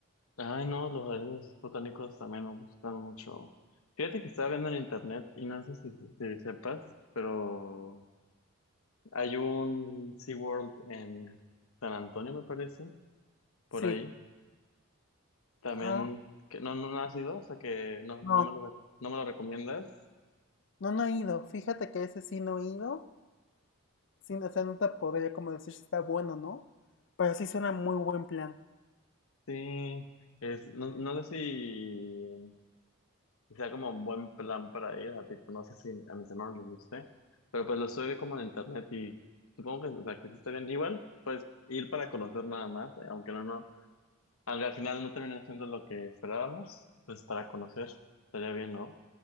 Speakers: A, on the left; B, on the left.
A: Ay, no, los jardines botánicos también me gustan mucho. Fíjate que estaba viendo en internet y no sé si, si sepas, pero hay un SeaWorld en San Antonio, me parece, por
B: Sí.
A: ahí. También,
B: Ah,
A: que no, no no has ido, o sea que no, no
B: no,
A: me lo, re- no me lo recomiendas.
B: no, no he ido. Fíjate que ese sí no he ido. Sí, o sea, no te podría como decir si está bueno o no, pero sí suena muy buen plan.
A: Sí, es, no, no sé si Sea como un buen plan para ir, a tipo, no sé si a mis hermanos les guste, pero pues lo estoy viendo como en internet y supongo que, o sea, que sí está bien. Igual, pues ir para conocer nada más, eh, aunque no, no, aunque al final no termine siendo lo que esperábamos, pues para conocer estaría bien, ¿no?